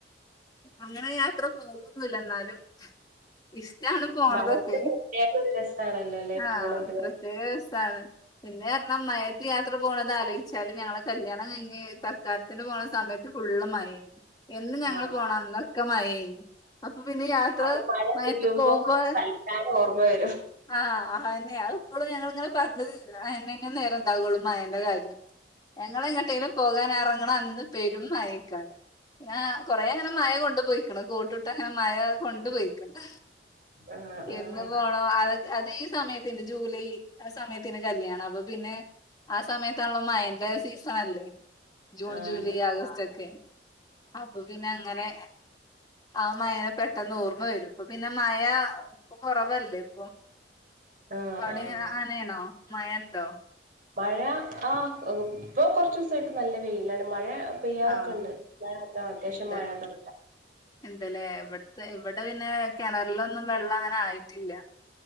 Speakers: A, on the left; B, on the right.
A: അങ്ങനെ യാത്ര പോകൊന്നുല്ലന്നാലുംഇഷ് ടാണ് പോണതൊക്കെ
B: മഴയത്ത് പ്രത്യേക ഒരു രസാണല്ലോ അല്ലെ
A: ആ
B: പോണത്
A: പ്രത്യേകരസാണ് പിന്നെറഞ്ഞ മഴേത്ത് യാത്ര പോണത് ആലോയിച്ചാല് ഞങ്ങളെ കല്യാ ണം കഴിഞ്ഞ് തക്കാരത്തിന് പോണ സമയത്ത് ഫുള്ളും മഴേന്ന് എന്ന് ഞങ്ങള്
B: ആഹ്
A: പോണ അന്നൊക്കെ മഴേന്ന് അപ്പൊ പിന്നെ യാത്ര
B: അപ്പൊ മഴ
A: മയേത്ത്
B: പെയ്യുമ്പോ
A: പോകുമ്പോ
B: സൽക്കാരം ഓർമ്മ വരും
A: ആ അയ ന്നെ അ ഇപ്പളും ഞങ്ങളിങ്ങനെ പറഞ്ഞ് <unintelligible> അയിനന്നെ നേരണ്ടാവുള്ളു മയന്റെ കാര്യം ഞങ്ങള ട്ടേലും പോകാനറങ്ങണ അന്ന് പെരും മഴേക്കാരം ങ്ങാ കൊറേ അങ്ങനെ മഴ കൊണ്ട്പോയിക്ക്ണ് കോട്ട്ട്ട് അ മഴ കൊണ്ട്പൊയ്ക്ണ്
B: ആഹ് ആഹ്
A: എന്ന് പോണു അ അത് ഈ സമയത്തിണ്ട് ജൂലൈ ആ സമയത്തെന്നു കല്യാണം അപ്പൊ പിന്നെ ആ സമയത്താണല്ലോ മഴന്റെ സീസണല്ലേ ജൂൺ
B: ആഹ്
A: ജൂലൈ
B: അതെ
A: ആഗസ്റ്റ് ഒക്കെ അപ്പൊ പിന്നങ്ങനെ ആ മയേനെ പെട്ടെന്ന് ഓർമ വരും ഇപ്പൊ പിന്നെ മയ കൊറവല്ലേ ഇപ്പൊ
B: ആഹ്
A: അവിടെ
B: ആഹ്
A: ആനയണോ മയൻന്തോ
B: മഴ ആ ഇപ്പൊ കുറച്ചീസായിട്ട് നല്ല വെയിലാണ് മഴ പെയ്യാറൊക്കെ
A: ആഹ്
B: ഉണ്ട് അത്ത അത്യാവശ്യം
A: ഉണ്ട്
B: മഴ കറട്ട
A: ഉണ്ടല്ലേ ഇവിടുത്തെ ഇവിടെ പിന്നെ കിണറിലൊന്നും വെള്ളം അങ്ങനെ ആയിട്ടില്ല